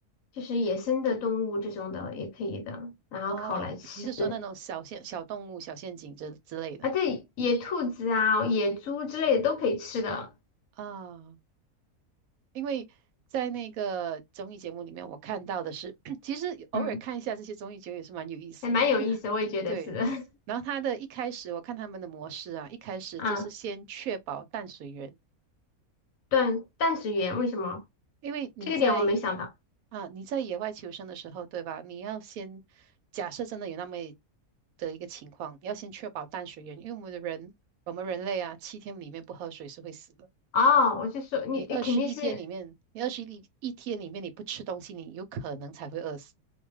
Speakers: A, on the left; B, on the right.
A: 就是野生的动物这种的也可以的，然后烤来吃。
B: 哦，你是说那种小陷、小动物、小陷阱之之类的
A: 啊，对，野兔子啊、野猪之类的都可以吃的。
B: 啊？因为在那个综艺节目里面，我看到的是，<coughs> <clears throat> 其实偶尔看一下这些综艺节目也是蛮有意思的。
A: 嗯，还蛮有意思，
B: 那个
A: 我也觉得是的。
B: <laughs>，对，然后他的一开始，我看他们的模式啊，一开始就是先确保淡水源。
A: <laughs> 啊，断断食源为什么？
B: 因为你在
A: 这个点我没想到。
B: 啊，你在野外求生的时候，对吧？你要先假设真的有那么一的一个情况，你要先确保淡水源，因为我们的人，我们人类啊，七天里面不喝水是会死的。
A: 哦，我就说你你肯定是。
B: 你二十一天里面，你二十一一天里面你不吃东西，你有可能才会饿死。